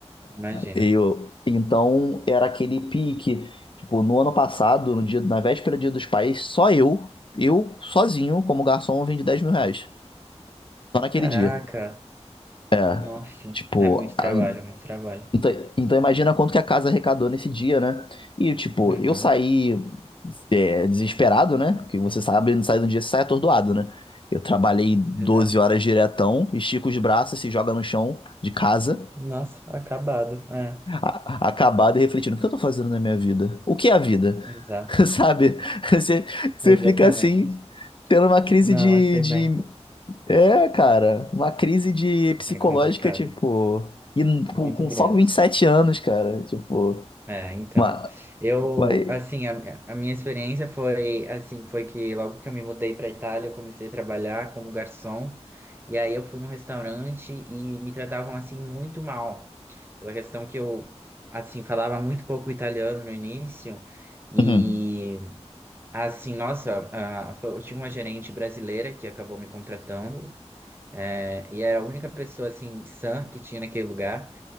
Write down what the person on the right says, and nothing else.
imagina.
Caraca.
Nossa,
é muito trabalho,
muito trabalho.
Uhum,
exato.
Nossa, acabado. É,
exato,
exatamente.
Não,
eu sei
bem.
É complicado,
muito
grande.
É, então,
eu,
assim, a, a minha experiência foi, assim, foi que logo que eu me mudei para Itália, eu comecei a trabalhar como garçom, e aí eu fui num restaurante e me tratavam, assim, muito mal, pela questão que eu, assim, falava muito pouco italiano no início, e
Assim, nossa, ah, foi- eu tive uma gerente brasileira que acabou me contratando, é, e era a única pessoa, assim, sã que tinha naquele lugar.